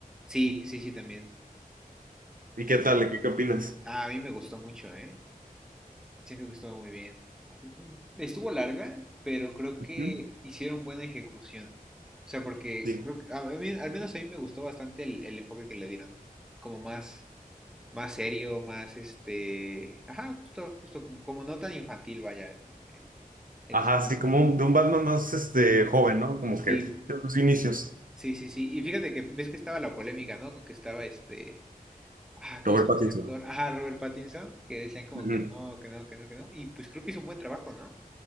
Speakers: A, in the centre; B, on the right (about 70°).
A: Sí, sí, sí, también.
B: ¿Y
A: También,
B: qué tal?
A: también.
B: ¿Qué, qué opinas?
A: Ah, a mí me gustó mucho, ¿eh? Siento que estuvo muy bien. Estuvo larga, pero creo
B: Ujú.
A: que hicieron buena ejecución. O sea, porque
B: Sí.
A: creo que a mí- al menos a mí me gustó bastante el, el enfoque que le dieron. Como más, más serio, más este. Ajá, justo, justo, como, como no tan infantil, vaya, el, el- el
B: Ajá,
A: estilo.
B: así como un- de un Batman más este, joven, ¿no? Como que
A: Sí,
B: de los inicios.
A: sí, sí, sí. Y fíjate que ves que estaba la polémica, ¿no? Con que estaba este. Ah, ¿cómo
B: Robert
A: se
B: Pattinson.
A: llama este actor? Ah, Robert Pattinson, que decían como
B: Ujú.
A: que no, que no, que no, que no. Y pues creo que hizo un buen trabajo, ¿no?